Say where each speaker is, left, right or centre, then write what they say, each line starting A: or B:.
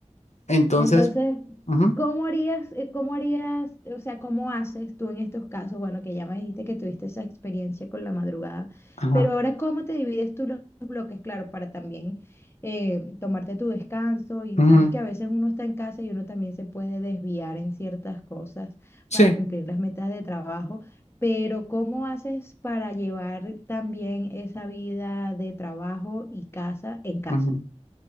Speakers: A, on the left; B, on the left.
A: Entonces...
B: Entonces,
A: ujú.
B: ¿cómo harías, eh, cómo harías, o sea, cómo haces tú en estos casos? Bueno, que ya me dijiste que tuviste esa experiencia con la madrugada,
A: Ajá.
B: pero ahora, ¿cómo te divides tú los bloques? Claro, para también eh, tomarte tu descanso y
A: Ujú.
B: sabes que a veces uno está en casa y uno también se puede desviar en ciertas cosas
A: Sí.
B: para cumplir las metas de trabajo. Pero ¿cómo haces para llevar también esa vida de trabajo y casa en casa?
A: Ujú.